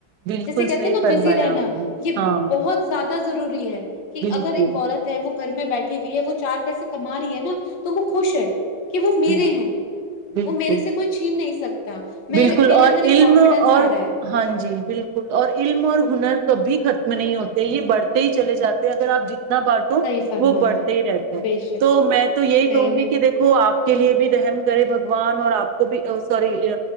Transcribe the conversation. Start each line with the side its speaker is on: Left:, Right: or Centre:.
Right: بالکل
Left: جسے کہتے
Right: صحیح
Left: ہیں نا
Right: فرمایا
Left: بزی رہنا
Right: آپ نے
Left: یہ
Right: ہاں
Left: بہت زیادہ انا ضروری ہے کہ
Right: بالکل
Left: اگر ایک عورت ہے وہ گھر میں بیٹھے بیٹ ہوئی ہے وہ چار پیسے کما رہی ہے نا تو وہ خوش ہے کہ وہ میرے
Right: بالکل
Left: ہیں
Right: بالکل.
Left: وہ میرے سے کوئی چھین نہیں سکتا میں
Right: بالکل
Left: میرے
Right: اور
Left: اندر ایک
Right: علم
Left: کانفیڈینس
Right: اور
Left: آ رہا ہے
Right: ہاں جی بالکل اور علم اور ہنر کبھی ختم نہیں ہوتے یہ بڑھتے ہی چلےاتے ہیں اگر آپ جتنے بانٹو
Left: صحیح فرمایا
Right: وہ بڑھتے ہی رہتے ہیں
Left: بے شک
Right: تو میں تو یہی
Left: صحیح
Right: کہوں
Left: میں
Right: گی کہ دیکھو آپ کے لیے بھی رحم کرے بگوان اور آپ کو بھی سوری